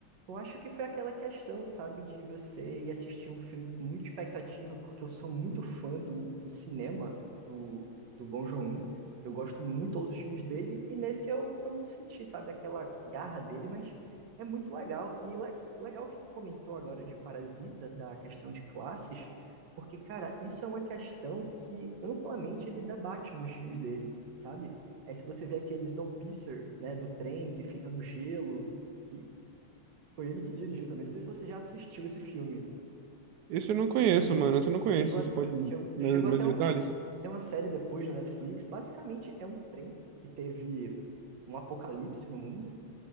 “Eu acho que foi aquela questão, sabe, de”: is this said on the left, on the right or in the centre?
Right